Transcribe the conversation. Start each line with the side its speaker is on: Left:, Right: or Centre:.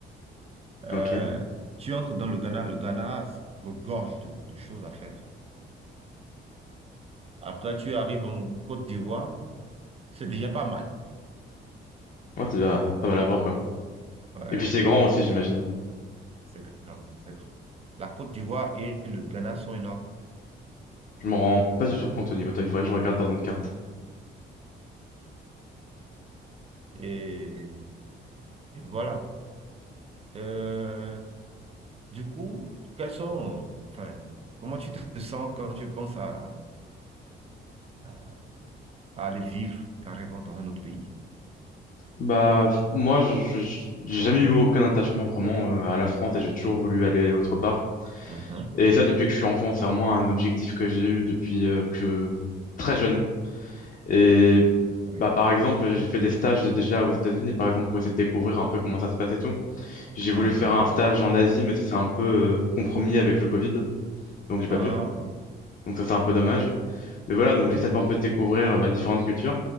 Right: Euh,
Left: Ok.
Right: tu entres dans le Ghana. Le Ghana regorge de, de choses à faire. Après, tu arrives en Côte d'Ivoire. C'est déjà pas mal.
Left: Ouais, tu dois pas mal à voir quoi.
Right: Ouais,
Left: Et puis c'est grand aussi, j'imagine.
Right: c'est grand, c'est grand. La Côte d'Ivoire et le Ghana sont énormes.
Left: Je m'en rends pas du tout compte au niveau taille. Faudrait que je regarde dans une carte.
Right: Et, et voilà. Euh, Du coup, quels sont, enfin, comment tu te sens quand tu penses à, à- à aller vivre carrément dans un autre pays?
Left: Bah, f- moi, je, je- j'ai jamais eu aucun attachement vraiment euh, à la France et j'ai toujours voulu aller autre part.
Right: Mhm.
Left: Et ça, depuis que je suis enfant, c'est vraiment un objectif que j'ai eu depuis euh, que très jeune. Et
Right: Oui.
Left: bah, par exemple, j'ai fait des stages de, déjà aux États-Unis, par exemple, pour essayer de découvrir un peu comment ça se passe et tout. J'ai voulu
Right: Ah
Left: faire
Right: oui,
Left: un stage en Asie, mais ça s'est un peu euh, compromis avec le Covid, donc j'ai pas
Right: ah
Left: pu.
Right: oui,
Left: Donc ça, c'est un peu dommage. Mais voilà, donc j'essaie de un peu de découvrir euh, bah, différentes cultures.